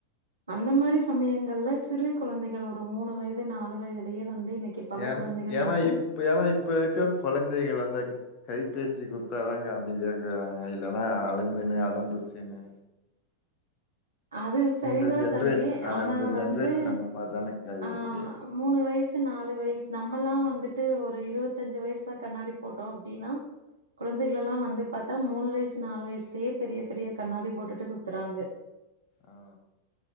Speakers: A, on the right; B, on the left.
A: அந்த மாதிரி சமயங்கள்ல சிறு கொழந்தைகள் ஒரு மூணு வயது நாலு வயதுலயே வந்து இன்னைக்கு பல
B: ஏ
A: குழந்தைகள்
B: ஏன்னா
A: வந்து
B: இப்ப ஏன்னா இப்ப இருக்க கொழந்தைகள் வந்து கைபேசி குடுத்தாதா அமைதியா இருக்குறாங்க இல்லன்னா அழுந்துன்னு அடம்பிச்சன்னு
A: அது சரிதா
B: இந்த ஜென்ரேஷன்
A: தம்பி
B: ஆ
A: ஆனா
B: இந்த
A: வந்து
B: ஜென்ரேஷன் அந்த மாரிதானக்கா
A: ஆ
B: இருக்கு
A: மூணு வயசு நாலு வயசு நம்மல்லா வந்துட்டு ஒரு இருபத்தஞ்சு வயசுலாம் கண்ணாடி போட்டோம் அப்டின்னா குழந்தைகள் எல்லாம் வந்து பாத்தா மூணு வயசு நாலு வயசுலயே பெரிய பெரிய கண்ணாடி போட்டுட்டு சுத்துறாங்க
B: ஆ